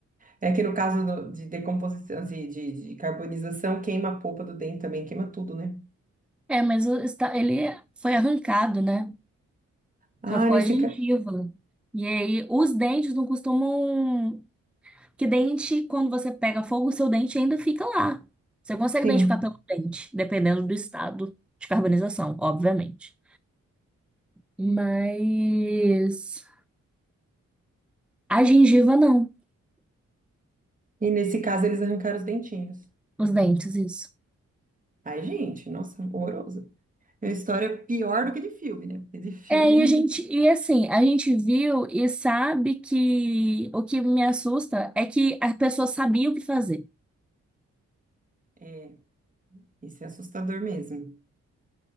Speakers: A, on the right (about 25°); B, in the centre.
A: É que no caso do- de decomposição, de, de, de carbonização, queima a polpa do dente também, queima tudo, né?
B: É, mas o- está- ele foi arrancado, né?
A: Ah,
B: Só ficou
A: nesse
B: a gengiva.
A: caso.
B: E aí, os dentes não costumam. Que dente, quando você pega fogo, o seu dente ainda fica lá. Você consegue
A: Sim.
B: identificar pelo dente, dependendo do estado de carbonização, obviamente. Mas a gengiva não,
A: E nesse caso eles arrancaram os dentinhos.
B: os dentes, isso.
A: Ai, gente, nossa, horroroso. É uma história pior do que de filme, né? Porque de filme
B: É, e
A: ainda.
B: a gente, e assim, a gente viu e sabe que o que me assusta é que a pessoa sabia o que fazer.
A: É, isso é assustador mesmo.